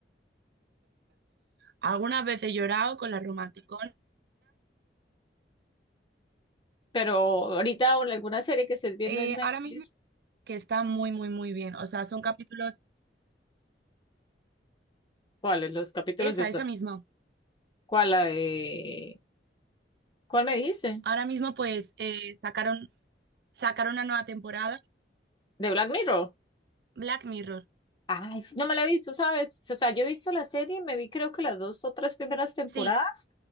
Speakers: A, on the right; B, on the left.
A: Algunas veces he llorado con la romanticona.
B: Pero ahorita o en alguna serie que estés viendo
A: Eh,
B: en Netflix,
A: ahora mismo que está muy, muy, muy bien. O sea, son capítulos,
B: ¿cuáles los capítulos
A: esa,
B: que está-
A: esa misma.
B: ¿Cuál la de... ¿Cuál me dijiste?
A: Ahora mismo pues eh, sacaron, sacaron una nueva temporada,
B: ¿De Black Mirror?
A: Black Mirror.
B: Ay, sí, no me la he visto, ¿sabes? O sea, yo he visto la serie, me vi creo que las dos o tres primeras temporadas,
A: Sí,